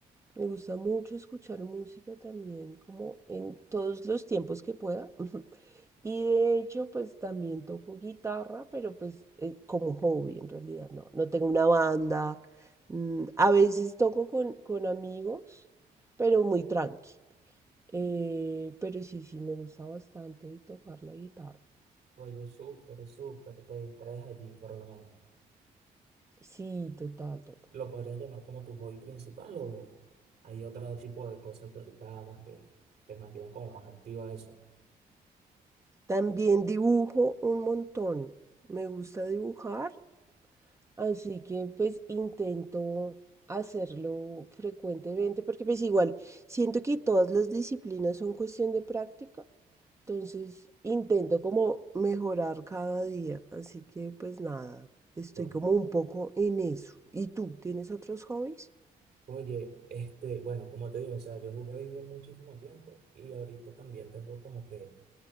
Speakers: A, on the right (about 15°); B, on the right (about 65°).
A: Me gusta mucho escuchar música también, como en todos los tiempos que pueda. <laughs> Y de hecho, pues también toco guitarra, pero pues eh, como hobby en realidad, no, no tengo una banda. Mm, a veces toco con, con amigos, pero muy tranqui. Eh, pero sí, sí, me gusta bastante tocar la guitarra.
B: Oye, súper, súper, te distraes allí por lo menos.
A: Sí, total, total.
B: ¿Lo podrías llamar como tu hobby principal o hay otro tipo de cosas que ahorita hagas que te mantienen como más activa a eso?
A: También dibujo un montón. Me gusta dibujar. Así que pues intento hacerlo frecuentemente porque pues igual siento que todas las disciplinas son cuestión de práctica, entonces intento como mejorar cada día, así que pues nada, estoy
B: Bueno,
A: como un poco en eso. ¿Y tú tienes otros hobbies?
B: Oye, este, bueno, como te digo, o sea, yo jugué béisbol muchísimo tiempo y ahorita también tengo como que